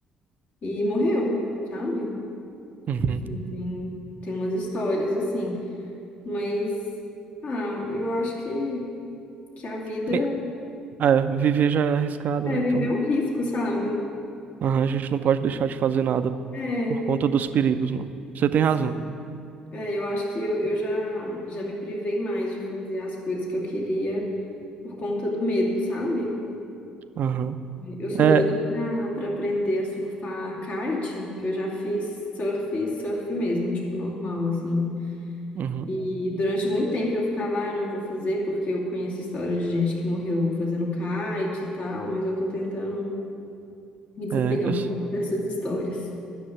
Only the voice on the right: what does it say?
Uhum.
Tem- é, viver já é arriscado,
né?
Então
Aham, a gente não pode deixar de fazer nada
por conta dos perigos, não. Você tem
razão.
Aham.
É,
uhum,
é, eu
s-